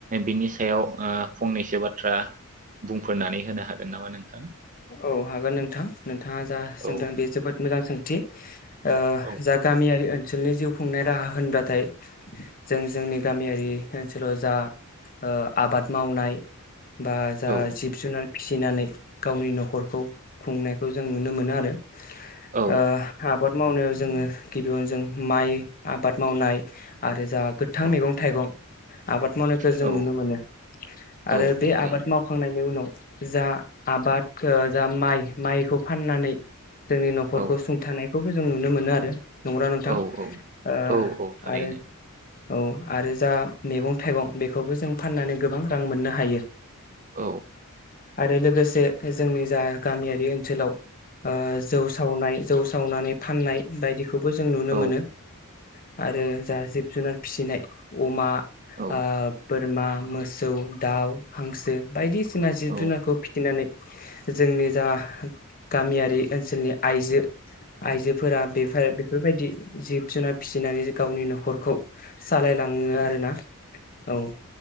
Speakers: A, on the right (about 35°); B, on the left (about 40°).
A: बिनि सायाव ओ फंनैसो बाथ्रा बुंफोरनानै होनो हागोन नामा नोंथां
B: औ हागोन नोंथां नोंथाङा जा सोंदों
A: औ
B: बे जोबोद मोजां सों थि ओ
A: औ
B: जा गामियारि ओन सोलनि जिउ खुंनाय राहा होनबाथाय जों जोंनि गामियारि ओनसोलाव जा ओ आबाद मावनाय बा जा
A: औ
B: जिब जुनार फिसिनानै गावनि नखरखौ खुंनायखौ जों नुनो मोनो आरो।
A: औ
B: ओ आबाद मावनो- जोङो गिबियावनो जों माइ आबाद मावनाय आरो जा गोथां
A: औ
B: मैगं थाइगं आबाद मावनायखो जों
A: औ
B: नुनो मोनो
A: औ
B: आरो बे
A: थारैनो
B: आबाद मावखांनायनि उनाव जा आबाद ओ जा माइ माइखौ फाननानै जोंनि न'खरखौ
A: औ
B: सुंथानाय खौबो जों नुनो मोनो आरो। नंगौना नोंथां?
A: औ औ
B: ओ
A: औ औ थारैनो
B: आरो औ आरो जा मैगं थाइगं बेखौबो जों फाननानै गोबां रां मोननो हायो‌।
A: औ
B: आरो लोगोस जोंनि जा गामियारि ओनसोलाव ओ जौ सावनाय जौ सावनानै फाननाय बायदिखौबो जों नुनो
A: औ
B: मोनो आरो जा जि जुनार फिसिनाय अमा
A: औ
B: आ बोद बोरमा, मोसौ, दाउ, हांसो बायदि सिना जिब
A: औ
B: जुनारखौ फि नानै जोंनि जा गामियारि ओनसोलनि आइजो आइजोफोरा बेफोर बेफोरबायदि जिब जुनार फिसिनानै गावनि न'खरखौ सालायलाङो आरोना औ ओ